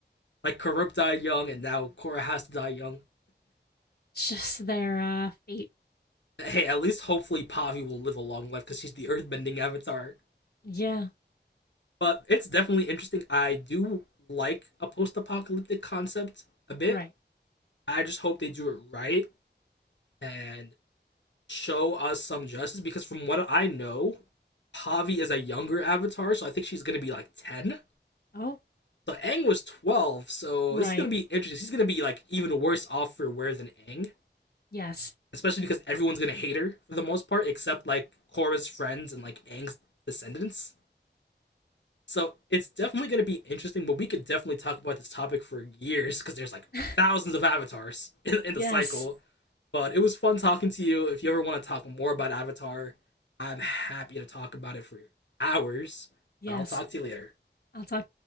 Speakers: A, on the left (about 75°); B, on the left (about 60°).
A: Like Karuk died young, and now Korra has to die young.
B: It's just their uh, fate.
A: Hey, at least hopefully Pavi will live a long life because she's the earthbending avatar.
B: Yeah,
A: But it's definitely interesting. I do like a post-apocalyptic concept a bit.
B: right.
A: I just hope they do it right and show us some justice because from what I know, Pavi is a younger avatar, so I think she's gonna be like ten.
B: Oh,
A: So Aang was twelve, so
B: right.
A: this is gonna be interesting. She's gonna be like even worse off for wear than Aang.
B: Yes.
A: Especially because everyone's gonna hate her for the most part, except like Korra's friends and like Aang's descendants. So it's definitely going to be interesting, but we could definitely talk about this topic for years because there's like
B: <laughs>
A: thousands of avatars <laughs> in, in
B: yes.
A: the cycle. But it was fun talking to you. If you ever want to talk more about Avatar, I'm happy to talk about it for hours.
B: Yes.
A: But I'll talk to you later.
B: I'll talk